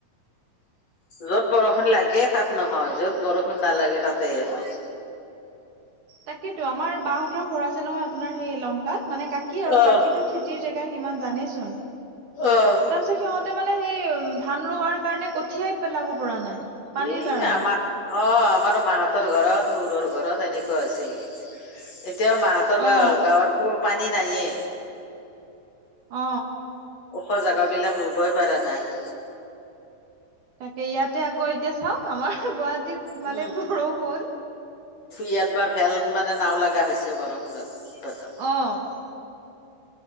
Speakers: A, on the left (about 45°); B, on the right (about 60°).
A: য'ত বৰষুণ লাগে তাত নহয় য'ত বৰষুণ নালাগে তাতে হয়
B: তাকিটো আমাৰ বাহঁতৰ ঘৰ আছে নহয় আপোনাৰ সেই লংকাত মানে কাকি আৰু
A: অ',
B: কাকিটো খেতিৰ জেগা কিমান জানেচোন
A: অহ
B: তাৰ পিছত সিহতে মানে সেই ধান ৰোৱাৰ কাৰণে কঠিয়াই পেলাব পৰা নাই পানীৰ
A: ই
B: কাৰণে
A: আমাৰ অ আমাৰ মাহতৰ ঘৰত হসুৰৰ ঘৰত সেনেকুৱা আছিল এতিয়াও মাহ তহঁতৰ
B: অ
A: গাঁৱত গাঁৱতো পানী নাইয়ে।
B: অ
A: ওখ জাগৰ বিলাক ৰুবই পৰা নাই।
B: তাকে ইয়াতে আকৌ এতিয়া চাওক আমাৰ গুৱাহাটীত মানে
A: উ
B: বৰষুণ
A: ইয়াত বা ভেল মানে নাও লগা হৈছে বৰষুণৰ উৎপাতত।
B: অঁ